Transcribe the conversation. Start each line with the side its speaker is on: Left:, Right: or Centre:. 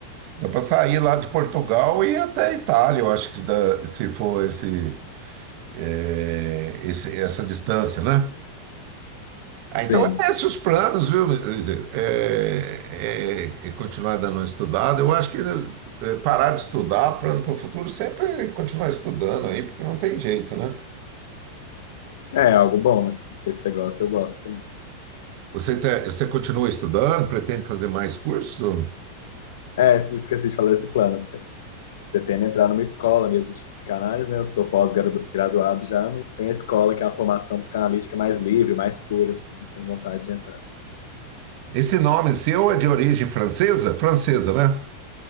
Right: Dá para sair lá de Portugal e ir até a Itália, eu acho que dá- se for esse, é, esse- essa distância, né? Ah,
Left: sim.
Right: então, é esses os planos, viu, Eliseu? É, é- é continuar dando uma estudada. Eu acho que né, é, parar de estudar, plano para o futuro, sempre continuar estudando aí, porque não tem jeito, né?
Left: É é algo bom, né? Não sei se você gosta, eu gosto também.
Right: Você, te- você continua estudando, pretende fazer mais cursos?
Left: É, esqueci de falar desse plano. Pre- Pretendo entrar numa escola mesmo de psicanálise, né? Eu sou pós-graduado já, mas tem a escola que é uma formação psicanalítica mais livre, mais pura, assim. Tenho vontade de entrar.
Right: Esse nome seu é de origem francesa? Francesa, né?